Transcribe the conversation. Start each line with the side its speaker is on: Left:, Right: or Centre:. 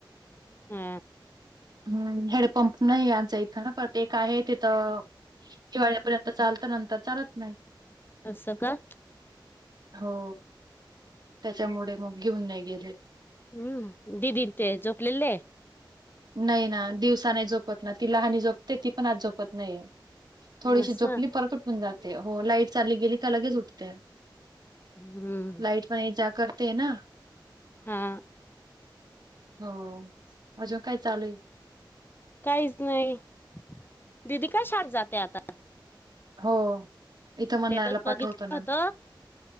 Left: हा
Right: हम्म हेडपंप नाही आमच्या इथं ना - पण ते एक आहे तिथ हिवाळ्यापर्यंत चालत नंतर चालत नाही.
Left: असं का?
Right: हो. त्याच्यामुळे मग घेऊन नाही गेले.
Left: हम्म. दिदी न ते झोपलेले आहे.
Right: नाही ना दिवसा नाही झोपत ना. ती लहानी झोपते ती पण आज झोपत नाहीय. थोडीशी
Left: असं
Right: झोपली परत उठून जाते. हो, लाईट चालली गेली का लगेच उठते -
Left: हम्म
Right: लाइट पण ये जा करतेये ना?
Left: हा.
Right: हो. अजून काय चालू आहे?
Left: काहीच नाही. दीदी कशाट जाते आता?
Right: हो. इथं
Left: स्टेटस
Right: म्हणला पाठवतो
Left: बघितलं
Right: ना?
Left: होत